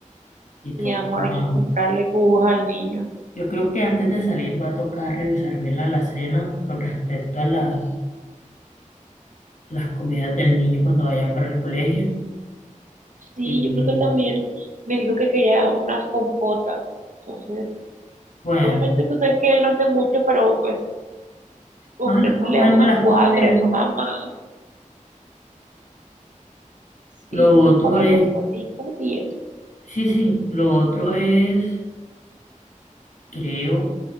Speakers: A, on the left; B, on the right.
A: y toca.
B: Mi amor, hay
A: ah,
B: que comprarle jugos al niño.
A: Yo creo que antes de salir va a tocar revisar bien la alacena con respecto a las, las comidas del niño cuando vaya para el colegio.
B: Sí,
A: Y,
B: yo creo que también me dijo que quería unas compotas. Entonces,
A: bueno,
B: obviamente tú sabes que él no hace mucho, pero pues comprémosle
A: más las como él,
B: unas
A: me las
B: cuatro,
A: como yo.
B: nada más. Sí,
A: Lo
B: unas
A: otro
B: cuatro
A: es,
B: compotitas y eso.
A: sí, sí, lo otro es, creo,